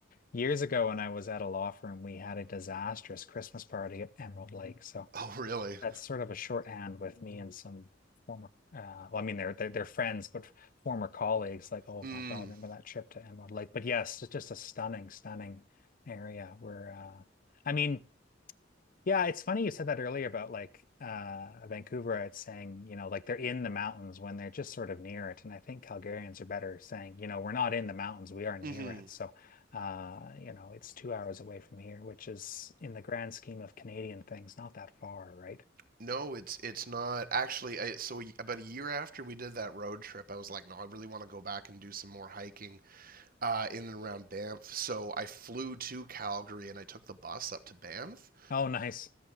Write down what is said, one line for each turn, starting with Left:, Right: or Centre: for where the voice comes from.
Left: Years ago, when I was at a law firm, we had a disastrous Christmas party at Emerald Lake. So
Right: Oh, really?
Left: that's sort of a shorthand with me and some former uh, well I mean they're, they're they're friends but former colleagues like oh
Right: Mm.
Left: my God remember that trip to Emerald Lake but yes it's just a stunning stunning area where uh, I mean yeah it's funny you said that earlier about like uh, Vancouver it's saying you know like they're in the mountains when they're just sort of near it and I think Calgarians are better saying you know we're not in the mountains we are near
Right: Mm-hmm.
Left: it so uh, you know it's two hours away from here which is in the grand scheme of Canadian things not that far right
Right: No, it's it's not actually. I, so we, about a year after we did that road trip, I was like, no, I really want to go back and do some more hiking. uh, in and around Banff. So I flew to Calgary and I took the bus up to Banff.
Left: Oh, nice.